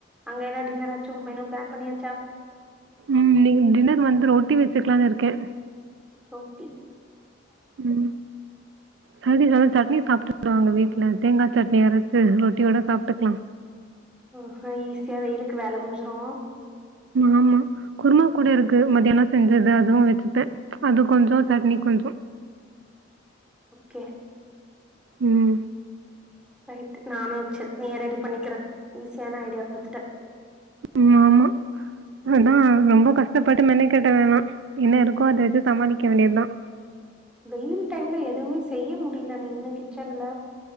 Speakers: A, in the centre; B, on the right.
A: அங்க என்னா டின்னராச்சு மெனு பிளான் பண்ணியாச்சா?
B: உம் நீ டின்னர் வந்து ரோட் ட்டி வச்சுக்கலானு இருக்கே
A: ரொட்டி
B: உம் சைடுடிஷ் வந்து சட் னி சாப்பிட்டுக் குடுவாங்க வீட்டு்ல தேங்கா சட்னி அரச்சு ரொட்டியோட சாப்ட்டுக்கலா
A: ஆஹா ஈஸியா வெயிலுக்கு வேல முடிஞ்சிரு
B: ஆமா குருமா கூட இருக்கு மத்தியான செஞ்சது அதுவு வச்சுட்ட அது கொஞ்ச சட்னி
A: ம்.
B: கொஞ்ச
A: கே
B: உம்
A: ரைட் நானு சட்னியா ரெடி பண்ணிக்கிற ஈசி கேன்ன ஐடியா கொடுத்துட்ட
B: ஆமா ஆமா அதா ரொம்ப கஷ்டப்பட்டு மென்க்கட்ட வேணா என்ன இருக்கோ அத வச்சு சமாளிக்க வேண்டியது தா
A: வெயில் டைம்ல எதுவுமே செய்ய முடியல நின்னு கிச்சன்ல